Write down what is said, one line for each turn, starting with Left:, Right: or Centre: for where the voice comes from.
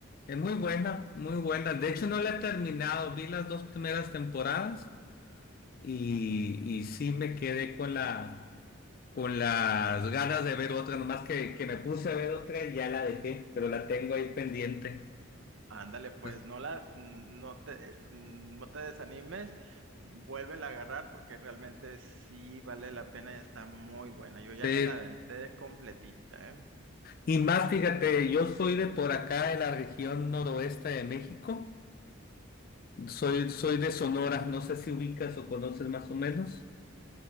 Left: es muy buena, muy buena. De hecho, no la he terminado, vi las dos primeras temporadas y, y sí me quedé con la con las ganas de ver otra, nomás que, que me puse a ver otra y ya la dejé, pero la tengo ahí pendiente.
Right: Ándale, pues
Left: Entonces,
Right: no la, no te, no te desanimes, vuélvela a agarrar porque realmente sí vale la pena y está muy buena. Yo ya
Left: eh,
Right: me la aventé completita, ¿eh?
Left: y más, fíjate, yo soy de por acá, de la región noroeste de México, soy, soy de Sonora, no sé si ubicas o conoces más o menos.